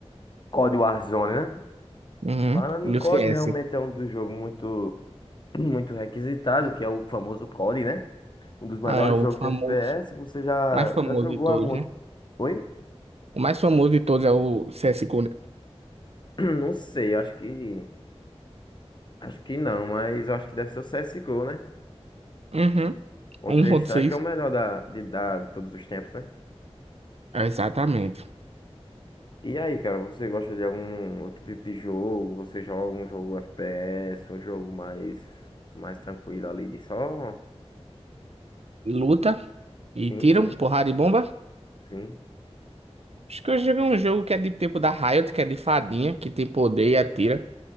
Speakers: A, on the left (about 45°); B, on the right (about 70°).
A: COD Warzone, né?
B: Uhum,
A: Falando em COD,
B: e o CS.
A: realmente é um dos jogos muito, <clears throat> muito requisitado, que é o famoso COD, né? Um dos melhores
B: Ah, é o
A: jogos
B: famoso.
A: de FPS. Você já,
B: Mais famoso
A: já jogou
B: de todos,
A: algum outro?
B: né?
A: Oi?
B: O mais famoso de todos é o CSGO. né?
A: <clears throat> Não sei, acho que. Acho que não, mas eu acho que deve ser o C S. C. O. né?
B: Uhum,
A: O Contra-Strike
B: 1.6.
A: é o melhor da, de, da, de todos os tempos, né?
B: Exatamente.
A: E aí, cara, você gosta de algum outro tipo de jogo? Você joga um jogo FPS, um jogo mais, mais tranquilo ali de só?
B: Luta e
A: Sim,
B: tiro,
A: sim,
B: porrada e bomba.
A: sim.
B: Acho que eu joguei um jogo que é de tipo da Riot, que é de fadinha, que tem poder e atira.